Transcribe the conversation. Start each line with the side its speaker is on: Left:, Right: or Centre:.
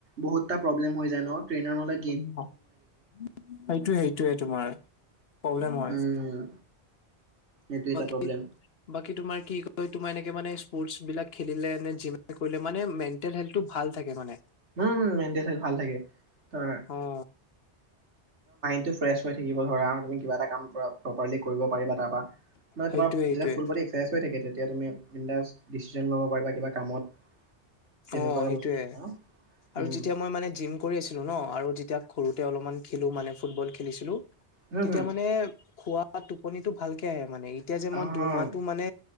Right: বহুতটা প্ৰব্লেম হৈ যায় ন, ট্ৰেইনাৰ হ'লে
Left: অ সেইটোৱে, সেইটোৱে তোমাৰ । প্ৰব্লেম হয়।
Right: উম সেইটো এটা
Left: বাকী,
Right: প্ৰব্লেম
Left: বাকী তোমাৰ কি কয় তোমাৰ এনেকে। মানে স্পৰ্টছ বিলাক খেলিলে এনে জিম কৰিলে মানে মেন্টেল হেল্থটো ভাল থাকে মানে,
Right: উম মেণ্টেল হেল্থ ভাল থাকে ধৰ
Left: অ।
Right: ফ্ৰেচ হৈ থাকিব ধৰা, তুমি কিবা এটা ধৰা পাৰিলে কৰিব পাৰিবা তাৰপৰা মানে
Left: সেইটোয়ে
Right: তোমাক
Left: সেইটোয়ে
Right: যেনে ফুল বডি এক্সৰচাইজ হৈ যে । তেতিয়া তুমি, বিন্দাচ ডিচিজন ল'ব পাৰিবা কিবা কামত তেনেকুৱা
Left: অ সেইটো,
Right: বস্তু
Left: য়ে আৰু
Right: উম
Left: যেতিয়া মই মানে জিম কৰি আছিলো ন আৰু যেতিয়া সৰুতে অলপমান খেলো মানে ফুটবল খেলিছিলোঁ।
Right: হম
Left: তেতিয়া মানে খোৱা তাত টোপনিতো ভালকে আহে। মানে এতিয়া
Right: হম
Left: যে মই দুমাহটো
Right: অ
Left: মানে